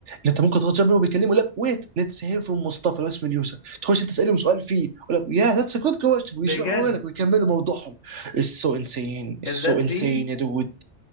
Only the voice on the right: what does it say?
انت ممكن تضغط جنب وبيكلموا يقول لك ويت ليتس هير فروم مصطفى لو اسم اليوزر تخش تسالهم سؤال فيه يقول لك يا ذاتس ا جود كويشن ويشرحوا
لك ويكملوا موضوعهم اتس سو انسين اتس
سو انسين
يا دود